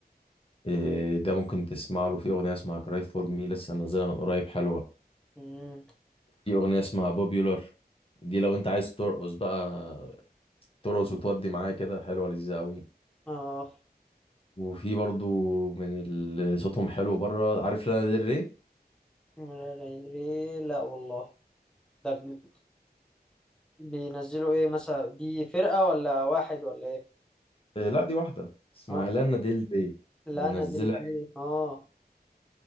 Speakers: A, on the left (about 35°); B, in the centre.
A: إيه، ده ممكن تسمع له في اغنيه اسمها كراي فور مي لسه منزلها من قريب حلوه
B: امم
A: في اغنيه اسمها بوبيولار دي لو انت عايز ترقص بقى ترقص وتودي معايا كده حلوه لذيذه قوي
B: اه
A: وفي برضه من اللي صوتهم حلو بره عارف لانا ديل ري
B: لا لا يدري لا والله ده بي- بينزلوا ايه مثلا دي فرقة ولا واحد ولا ايه
A: إيه، لا دي واحده اسمها
B: اه
A: لانا ديل ري
B: لا
A: منزله
B: انا دي البي اه